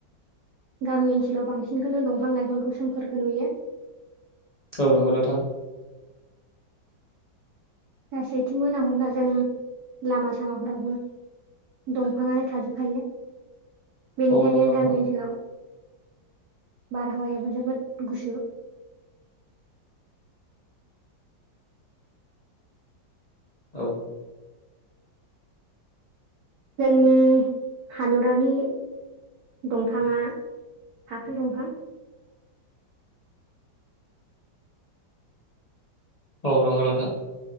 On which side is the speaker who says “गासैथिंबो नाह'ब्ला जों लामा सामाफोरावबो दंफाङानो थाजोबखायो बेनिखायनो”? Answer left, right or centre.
Right